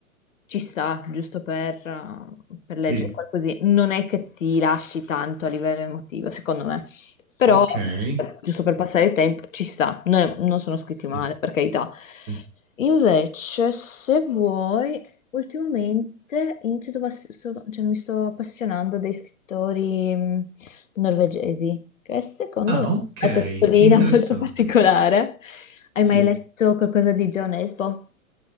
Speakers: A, on the left (about 65°); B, on the right (about 40°).
A: ci sta, giusto per, eh, per leggere
B: sì,
A: qualcosina, non è che ti lasci tanto a livello emotivo, secondo me, però
B: ok.
A: giusto
B: Mhm.
A: per passare il tempo, ci sta, non, non sono scritti male,
B: Sì,
A: per carità.
B: sì.
A: Invece, se vuoi, ultimamente inizio a pass- sto- cioè, mi sto appassionando dei scrittori mh, norvegesi, che secondo
B: Ah,
A: me
B: ok,
A: ha una testolina
B: interessante.
A: <laughs> molto particolare. Hai
B: Sì.
A: mai letto qualcosa di John Esbo?